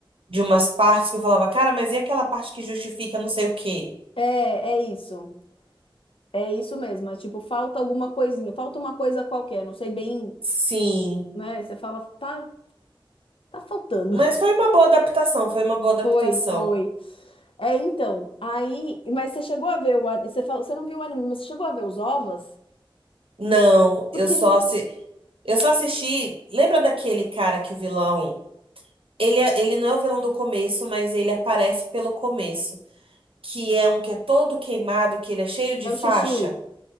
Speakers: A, on the right; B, on the left.
A: de umas partes que eu falava, cara, mas e aquela parte que justifica não sei o quê?
B: é, é isso. É isso mesmo. É tipo, falta alguma coisinha. Falta uma coisa qualquer. Não sei bem,
A: Sim.
B: né? Você fala, tá, tá faltando.
A: Mas foi uma boa adaptação, foi uma boa adaptação.
B: Foi, foi. É, então, aí. Mas você chegou a ver o. an- Você falou, você não viu o anime, mas você chegou a ver os ovos?
A: Não,
B: Porque.
A: eu só, assi... eu só assisti. Lembra daquele cara que o vilão. Ele, é- ele não é o vilão do começo, mas ele aparece pelo começo. Que é um que é todo queimado, que ele é cheio de
B: É
A: faixa.
B: o Shishio.